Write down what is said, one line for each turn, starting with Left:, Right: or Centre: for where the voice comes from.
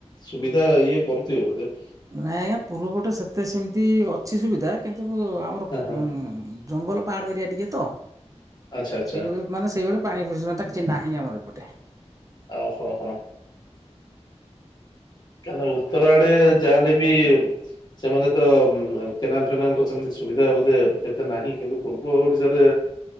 Left: ସୁବିଧା ଇଏ କରୁଥିବେ ବୋଧେ।
Right: ନାଇଁ ଆଜ୍ଞା ପୂର୍ବପଟେ ସେତେ ସେମ୍ ତି ଅଛି ସୁବିଧା କିନ୍ତୁ ଆମ ର
Left: ହଁ ହଁ
Right: ଉ ଜଙ୍ଗଲ ପାହାଡ ଏରିଆ ଟିକେ ତ
Left: ଆଚ୍ଛା ଆଚ୍ଛା
Right: ସେଇଭଳି ମାନେ ସେଇଭଳି ପାଣି ଫି ତାକା ନାହିଁ ଆମର ଏପଟେ।
Left: ଓହୋ ହୋ। କାନାଁ ଉତ୍ତର ଆଡେ ଯାହା ହେଲେ ବି ସେମାନେ ତ ଉଁ କେନାଲ୍ ଫେନାଲ୍ ର ସେମିତି ସୁବିଧା ବୋଧେ ଏତେ ନାହିଁ କିନ୍ତୁ ପୂର୍ବ ଓଡିଶାରେ